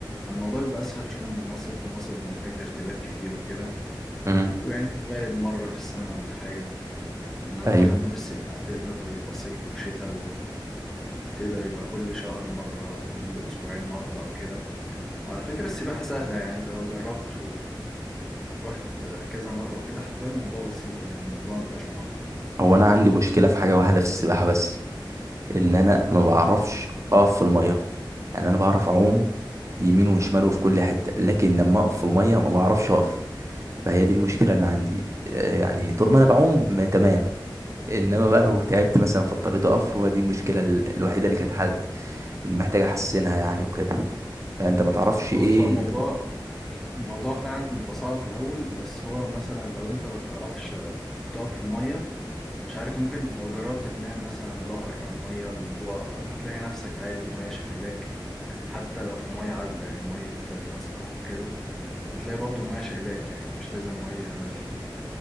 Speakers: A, in the centre; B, on the right.
A: الموضوع بيبقى أسهل شوية من المصيف المصيف محتاج ترتيبات كتير وكده
B: مم.
A: ويعني في الغالب مرة في السنة ولا حاجة إنما
B: ايوه
A: حمام السباحة تقدر يبقى صيف وشتاء وتقدر يبقى كل شهر مرة كل أسبوعين مرة أو كده وعلى فكرة السباحة سهلة يعني أنت لو جربت ورحت كذا مرة وكده هتلاقي الموضوع بسيط يعني الموضوع مبقاش معقد
B: هو انا عندي مشكله في حاجه واحده في السباحه بس ان انا ما بعرفش اقف في الميه يعني انا بعرف اعوم يمين وشمال وفي كل حته لكن لما اقف في الميه ما بعرفش اقف فهي دي المشكله اللي عندي آه، يعني طول ما انا بعوم ما تمام انما بقى لو تعبت مثلا في الطريق اقف هو دي المشكله ال- الوحيده اللي كانت حد- اللي محتاج احسنها يعني وكده فانت ما تعرفش ايه
A: بص هو الموضوع الموضوع فعلا بيبقى صعب في الأول بس هو مثلا لو أنت ما بتعرفش تقف في المية مش عارف ممكن لو جربت تنام مثلا بظهرك على المية الموضوع هتلاقي نفسك عادي المية شايلاك حتى لو في مية عذبة يعني مية مسبح أو كده بتلاقي برضو المية شايلاك يعني مش لازم مية مالحة